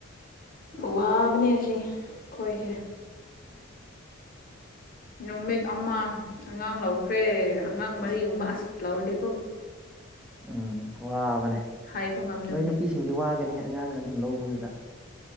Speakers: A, on the left; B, in the centre.
A: ꯋꯥꯕꯅꯦ ꯁꯤ ꯈꯣꯏꯁꯦ
B: <inaudible>
A: ꯅꯨꯃꯤꯠ ꯑꯃ ꯑꯉꯥꯡ ꯂꯧꯈ꯭ꯔꯦ ꯑꯉꯥꯡ ꯃꯔꯤꯒꯨꯝꯕ ꯑꯁ ꯂꯧꯔꯗꯤꯦꯀꯣ
B: ꯎꯝ ꯋꯥꯕꯅꯦ
A: ꯍꯥꯏꯕ ꯉꯝꯗꯕꯅꯦ
B: ꯂꯣꯏ ꯅꯨꯄꯤ ꯁꯤꯡꯗꯤ ꯋꯥꯒꯅꯤꯍ ꯑꯉꯥꯡ ꯑꯗꯨꯝ ꯂꯧꯕꯗꯨꯗ